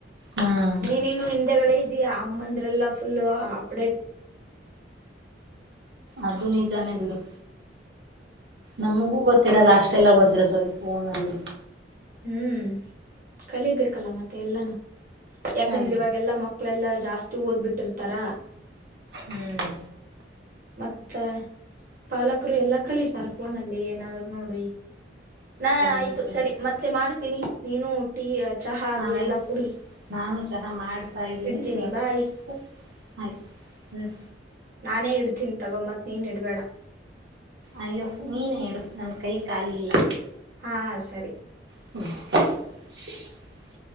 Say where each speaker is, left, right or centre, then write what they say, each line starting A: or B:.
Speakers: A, on the right; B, on the right.
A: ಹ್ಮ್
B: ನೀನಿನ್ನು ಹಿಂದೆಗಡೆ ಇದೀಯ ಅಮ್ಮಂದ್ರೆಲ್ಲಾ ಫುಲ್ ಅಪ್ಡೇಟ್
A: ಅದು ನಿಜಾನೇ ಬಿಡು, ನಮಗೂ ಗೊತ್ತಿರಲ್ಲ ಅಷ್ಟೆಲ್ಲ ಗೊತ್ತಿರತ್ ಅವ್ರಿಗ್ ಫೋನಲ್ಲಿ.
B: ಹ್ಮ್ ಕಲಿಬೇಕಲ್ಲ ಮತ್ತೆ ಎಲ್ಲಾನು. ಯಾಕಂದ್ರೆ
A: ಅಯ್ಯೋ
B: ಇವಾಗೆಲ್ಲಾ ಮಕ್ಕಳೆಲ್ಲಾ ಜಾಸ್ ಸ್ತಿ ಓದ್ಬಿಟ್ಟಿರ್ತಾರ.
A: ಹ್ಮ್
B: ಮತ್ತ ಪಾಲಕ್ರು ಎಲ್ಲಾ ಕಲಿತಾರ ಫೋನಲ್ಲಿ ಏನಾದ್ರು ನೋಡಿ. ನಾ
A: ಕಲೀಲಿ
B: ಆಯ್ತು
A: ಕಲೀಲಿ
B: ಸರಿ. ಮತ್ತೆ ಮಾಡ್ತೀನಿ ನೀನು ಟೀ ಚಹಾ ಅದು
A: ಆಯ್ತು
B: ಎಲ್ಲಾ ಕುಡಿ
A: ನಾನು ಚಹಾ ಮಾಡ್ತಾ ಇದ್ದೀನಿ
B: ಇಡ್ತೀನಿ
A: ಇವತ್ತು
B: ಬಾಯ್
A: ಆಯ್ತು ಹ್ಮ್.
B: ನಾನೇ ಇಡ್ತೀನ್ ತಗೊ ಮತ್ ನೀನ್ ಇಡ್ಬೇಡ.
A: ಅಯ್ಯೋ ನೀನೆ ಇಡು ನನ್ ಕೈ ಖಾಲಿ ಇಲ್ಲ.
B: ಹಾ ಸರಿ.
A: <inaudible>